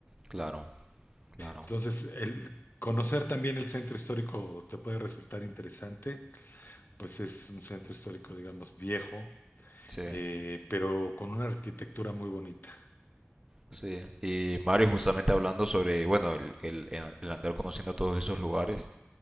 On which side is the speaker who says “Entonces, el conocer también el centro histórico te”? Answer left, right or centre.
Left